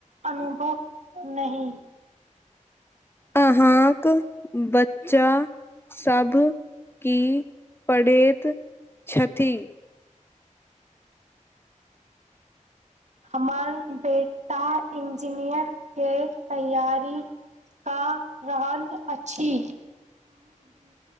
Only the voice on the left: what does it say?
अहाँक बच्चा सब की पढ़ैत छथि।